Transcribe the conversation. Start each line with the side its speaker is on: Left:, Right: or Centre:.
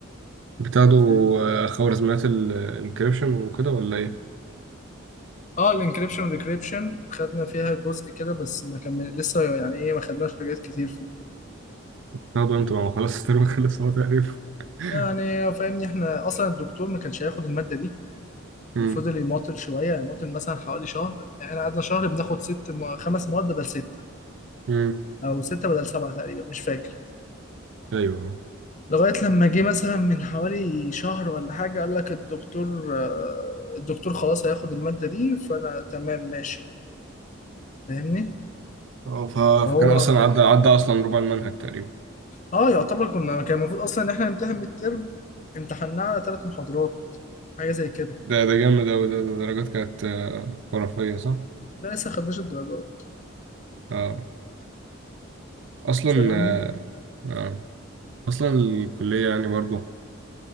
Right: بتاخده
Left: فاهم
Right: آه، خوارزميات الانكريبشن وكده ولا ايه
Left: اه الانكريبشن والديكريبشن خدنا فيها جزء كده بس ما كمل لسه يعني ايه ما خدناش حاجات كتير فيه
Right: برضه انت ما خلاص <laughs> الترم خلص هو تقريبا <laughs>
Left: يعني فاهمني احنا اصلا الدكتور ما كانش هياخد الماده دي
Right: امم
Left: وفضل يماطل شويه يعني يماطل مثلا حوالي شهر احنا قعدنا شهر بناخد ست م... خمس مواد بدل سته
Right: امم
Left: او سته بدل سبعه تقريبا مش فاكر
Right: ايوه
Left: لغايه لما جه مثلا من حوالي شهر ولا حاجه قال لك الدكتور آه، الدكتور خلاص هياخد الماده دي فانا تمام ماشي فاهمني
Right: اه ف-
Left: فهو
Right: فكان اصلا عدى عدى اصلا ربع المنهج تقريبا
Left: اه يعتبر كنا كان المفروض اصلا ان احنا نمتحن ميد ترم امتحناه على ثلاث محاضرات حاجه زي كده
Right: ده ده جامد اوي ده, ده درجات كانت آه، خرافيه صح
Left: لا لسه خدناش الدرجات
Right: اه اصلا
Left: فاهمني
Right: آه آه. اصلا الكليه يعني برضو